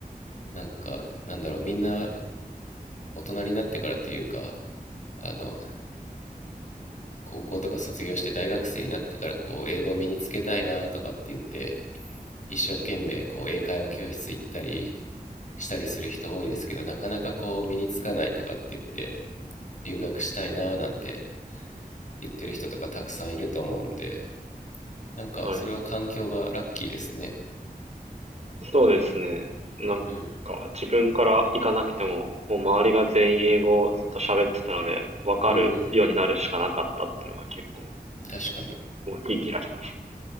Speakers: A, on the left (about 50°); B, on the right (about 45°).
A: う、なんか、なんだろう、みんな大人になってからっていうか、あの、高校とか卒業して大学生になってからこう、英語を身につけたいなとかって言って、一生懸命こう英会話教室行ったりしたりする人多いですけどなかなかこう身につかないとかって言って留学したいななんて言ってる人とかたくさんいると思うんでなんかそれは環境がラッキーですね
B: はい。そうですね。なんか、
A: うん
B: 自分から行かなくても、もう周りが全員英語をずっと喋ってたので、わかるようになるしかなかったっていうのが結構
A: うん確かに
B: 大きい気がします。